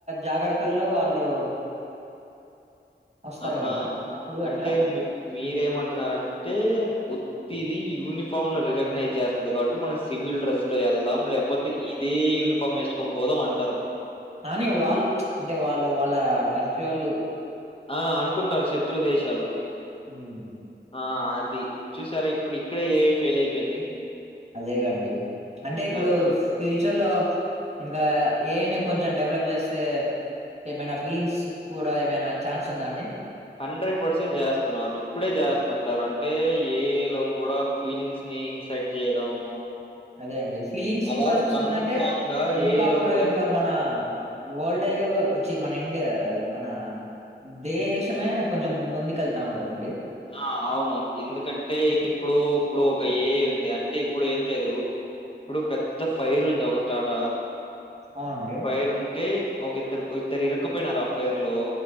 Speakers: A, on the right; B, on the left.
A: జాగ్రత్తలో వాళ్ళు వస్తారు
B: ఆహా
A: కదండీ. అప్పుడు
B: అంటే
A: అట్లా
B: మీ మీరేమంటున్నారంటే
A: హ్మ్.
B: ఇది యూనిఫామ్ లో రికగ్నైజ్ చేస్తది కాబట్టి మనం సివిల్ డ్రెస్ లో వెళ్దాం లేకపో పోతే ఇదే యూనిఫార్మ్ వేసుకోనీ పోదాం అన్
A: కానీ వాళ్ళు అంటే వాళ్ళు వాళ్ళ కంట్రీ వాళ్ళు
B: ఆ అనుకుంటారు శత్రు దేశాలు
A: ఉమ్
B: ఆ అది చూసారా ఇప్పుడు ఇక్కడ ఏఐ ఫెయిల్ అయిపోయింది
A: అదేగాండి అంటే ఇప్పుడు
B: అది
A: ఫ్యూచర్ లో ఇంకా ఏఐని కొంచెం డెవలప్ చేస్తే ఏమైనా ఫీలింగ్స్ కూడా ఏమైనా ఛాన్స్ ఉందా అండి
B: హండ్రెడ్ పర్సెంట్ చేస్తున్నారు ఇప్పుడే చేస్తుంటారు అంటే ఏఐ లో కూడా ఫీలింగ్స్ ని ఇన్సర్ట్ చేయడం
A: అదే అండి ఫీలింగ్స్
B: అలా
A: ఇంక వస్తుందంటే
B: కన్ఫామ్ గా
A: ఇంకా
B: ఏఐ
A: అప్పుడు
B: లో కూడా
A: ఇంకా మన వరల్డ్ వచ్చి మన ఇండియా అది మన దేశమే కొంచెం ముందుకెళ్తా ఉంటదండి
B: ఆ అవును ఎందుకంటే ఇప్పుడు ఇప్పుడు ఒక ఏఐ ఉంది అంటే ఇప్పుడు ఏం లేదు ఇప్పుడు పెద్ద ఫైర్ ఉంది ఒకటాట
A: అవును
B: ఫైర్ ఉంటే ఒక ఇద్దరు ఇద్దరు ఇరక్కుపోయినారు ఆ ఫైర్ లో